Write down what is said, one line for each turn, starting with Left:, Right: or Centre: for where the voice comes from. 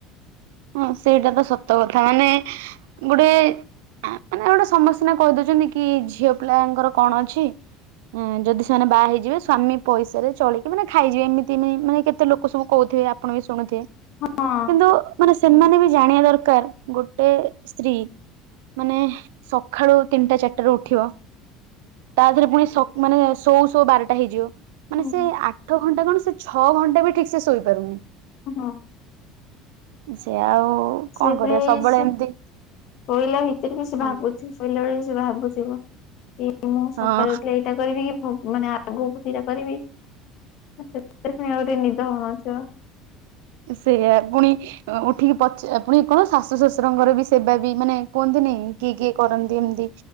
Right: ହଁ ସେଇଟା ତ ସତ କଥା ମାନେ ଗୋଟେ ମାନେ ଗୋଟେ ସମସ୍ତେ ସିନା କହି ଦେଉଛନ୍ତି କି ଝିଅ ପିଲାଙ୍କର କଣ ଅଛି। ଯଦି ସେମାନେ ବାହା ହେଇଯିବେ ସ୍ୱାମୀ ପଇସାରେ ଚଳିକି ମାନେ ଖାଇଯିବେ ଏମିତି ନାଇଁ ମାନେ ଏତେ ଲୋକ ସବୁ କହୁଥିବେ ଆପଣ ବି ଶୁଣୁଥିବେ
Left: ହଁ
Right: କିନ୍ତୁ ସେମାନେ ବି ଜାଣିବା ଦରକାର ଗୋଟେ ସ୍ତ୍ରୀ ମାନେ ସକାଳୁ ତିନିଟା ଚାରିଟା ରୁ ଉଠିବ ତାଦେହରେ ପୁଣି ମାନେ ଶୋଉ ଶୋଉ ବାରଟା ହେଇଯିବ
Left: ହୁଁ
Right: ମାନେ ସେ ଆ ଆଠ ଘଣ୍ଟା କଣ ସେ ଛଅ ଘଣ୍ଟା ବି ଠିକ ସେ ଶୋଇପାରୁନି।
Left: ହଁ
Right: ସେ ଆଉ
Left: ସେଭଳି
Right: କଣ କରିବା ସବୁବେଳେ
Left: ସେ
Right: ଏମିତି
Left: ଶୋଇଲା ଭିତରେ ବି ସେ ଭାବୁ
Right: ହଁ
Left: ଶୋଇଲାବେଳେ ସେ ଭାବୁଥିବ କି ମୁଁ
Right: ହଁ।
Left: ସକାଳୁ ଉଠି ଏଇଟା କରିବି କି ମାନେ ଆଗକୁ ସେଇଟା କରିବି। ସେଥିରେ ନିଦ ହଉନଥିବ
Right: ସେୟା ପୁଣି ଉଠିକି ପଚ ପୁଣି କଣ ଶାଶୁ ଶ୍ୱଶୁରଙ୍କର ବି ସେବା ବି ମାନେ କୁହନ୍ତିନି କିଏ କିଏ କରନ୍ତି ଏମିତି